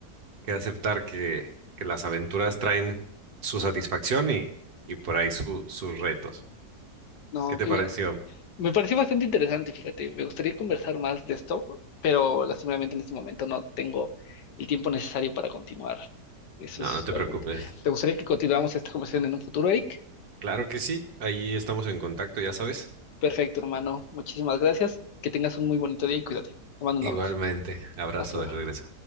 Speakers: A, on the right; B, on the left.
A: que aceptar que, que las aventuras traen su satisfacción y, y por ahí su- sus retos.
B: No,
A: ¿Qué te
B: qué
A: pareció?
B: bien. Me pareció bastante interesante, fíjate. Me gustaría conversar más de esto, pero lastimadamente en este momento no tengo el tiempo necesario para continuar. Eso
A: No,
B: es
A: no
B: algo.
A: te preocupes.
B: ¿Te gustaría que continuáramos esta conversación en un futuro, Eric?
A: Claro que sí, ahí estamos en contacto, ya sabes.
B: Perfecto, hermano. Muchísimas gracias. Que tengas un muy bonito día y cuídate. Te mando
A: Igualmente,
B: un abrazo.
A: abrazo
B: Hasta luego.
A: de regreso.